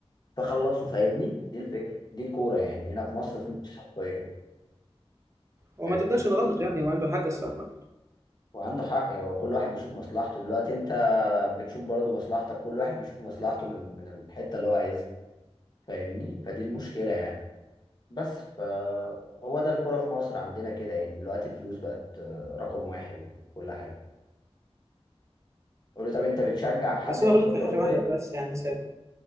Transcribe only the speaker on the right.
وما
تقدرش تغلط يعني هو عنده حاجة الصراحة
بس هو
غلط
في
حاجة واحدة بس يعني ساعة